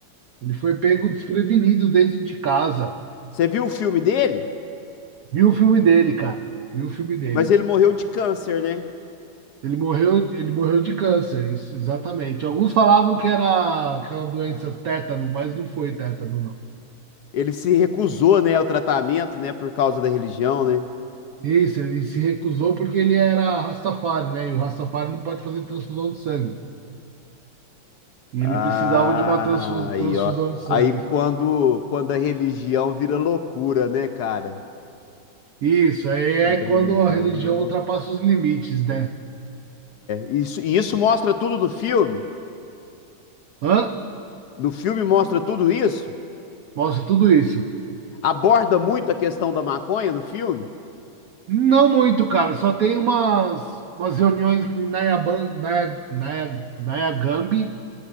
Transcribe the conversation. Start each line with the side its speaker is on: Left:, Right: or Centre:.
Right: Ele foi pego desprevenido dentro de casa.
Left: Você viu o filme dele?
Right: Viu o filme dele, cara. Viu o filme dele.
Left: Mas ele morreu de câncer, né?
Right: Ele morreu, ele morreu de câncer, isso, exatamente. Alguns falavam que era aquela doença tétano, mas não foi tétano, não.
Left: Ele se recusou, né, ao tratamento, né, por causa da religião, né?
Right: Isso, ele se recusou porque ele era Rastafari, né? E o Rastafari não pode fazer transfusão de sangue. E
Left: Ah,
Right: ele precisava de uma transfus-
Left: aí,
Right: transfusão
Left: ó.
Right: de sangue.
Left: Aí quando, quando a religião vira loucura, né, cara?
Right: Isso, aí
Left: Quando
Right: é quando
Left: a religião
Right: a religião
Left: vira loucura.
Right: ultrapassa os limites, né?
Left: Isso, e isso mostra tudo no filme?
Right: Hã?
Left: No filme mostra tudo isso?
Right: Mostra tudo isso.
Left: Aborda muito a questão da maconha no filme?
Right: Não muito, cara. Só tem umas, umas reuniões em na Naya, na Nayagambi